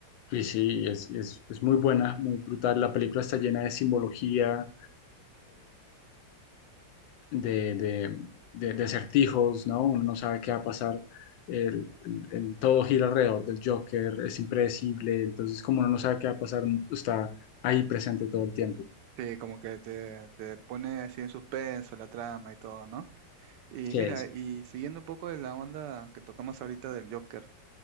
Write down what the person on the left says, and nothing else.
y sí, es, es, es muy buena, muy brutal. La película está llena de simbología, de, de, de- de acertijos, ¿no? Uno no sabe qué va a pasar. El, el- todo gira alrededor del Joker, es impredecible. Entonces, como uno no sabe qué va a pasar, uno está ahí presente todo el tiempo.
Sí,
sí.